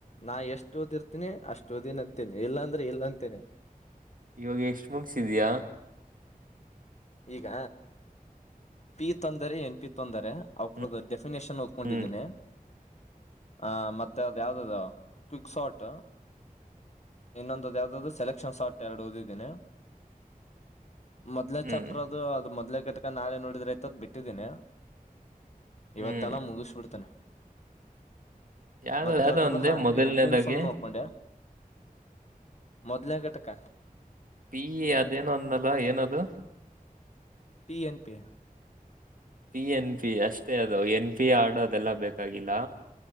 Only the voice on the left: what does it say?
ನಾ ಎಷ್ಟು ಓದ್ಿರ್ತೀನಿ ಅಷ್ಟ ಓದಿನ ಅಂತೇನಿ ಇಲ್ಲಾಂದ್ರೆ ಇಲ್ಲ ಅಂತೇನೆಿ
ಈಗ ಪಿ ತೊಂದರೆ ಎನ್ ಪಿ ತೊಂದರೆ ಅವ
ಡೆಫಿನೇಷನ್ ಓದಕೊಂಡಿದ್ದೀನಿ
ಆ ಮ ಮತ್ತ ಅದ್ ಯಾವ್ದ್ದ ಕ್ವಿಕ್ ಶಾಟ್ ಇನ್ನೊಂದ ಯಾವ್ದದ್ ಸೆಲೆಕ್ಷನ್ ಆ್ಟಟ್ ಎರಡು ಓದಿದ್ದೀಿನಿ ಮೊದ್ಲ
ಚಾಪ್ಟರ್ ಅದು ಅದು್ ಮೊದ್ಲೆ ಘಟಕ ನಾಳೆ ನೋಡಿದ್ರೆ ಐತ ಅದ್ ಬಿಟ್ಟಿದ್ದೀನಿ ಇವತ್ತೆಲ್ಲ
ಮುಗಿಸ ಬಿಿಡ್ತಾನೆ
ಮತ್ತ
ಯಾವ್ದದ್ದ
ಹಾ
ಏಕ್್ವಿನ್ಸ್ಮ್ ನೋಡ್ಕೊಂಡ್ಯಾ ಮೊದ್ಲೇ ಗಟಕ
P N P